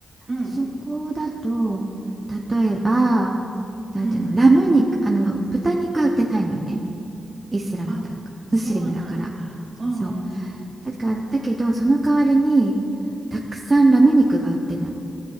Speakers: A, on the right; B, on the right.
A: うん、
B: そこだと、例えば、
A: うん、
B: なんていうの、
A: うん。
B: ラム肉、あの、豚肉は売ってないのよね。イスラムだから、
A: あ、そうなんだ。
B: ムスリムだから。
A: うん、
B: そう。
A: うん、うんうん。
B: だから、だけど、その代わりに、たくさんラム肉が売ってるの。